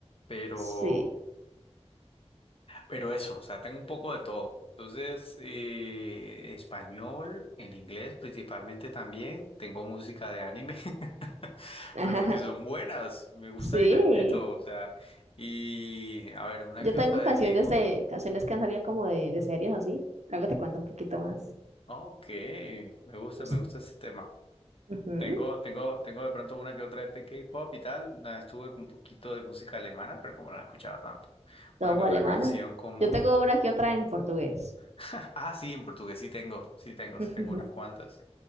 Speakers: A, on the left; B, on the right.
A: pero...
B: Sí,
A: Pero eso, o sea, tengo un poco de todo. Entonces, eh, español, en inglés principalmente también. Tengo música de anime, <laughs>
B: <laughs>
A: pero porque son buenas, me gusta
B: sí.
A: y las meto. O sea, y a ver, una
B: Yo
A: que
B: tengo
A: otra
B: canciones
A: de K-pop.
B: de, canciones que han salido como de, de series así. Luego te cuento un poquito más.
A: Ok, me gusta,
B: Sí.
A: me gusta ese tema.
B: Ujú.
A: Tengo, tengo, tengo de pronto una que otra de K-pop y tal. Una vez estuve con un poquito de música alemana, pero como no la escuchaba tanto.
B: todo
A: Una que otra
B: alemana.
A: canción como...
B: Yo tengo una aquí otra en portugués.
A: <laughs> Ah, sí, en portugués sí tengo, sí tengo,
B: <laughs>
A: sí tengo unas cuantas.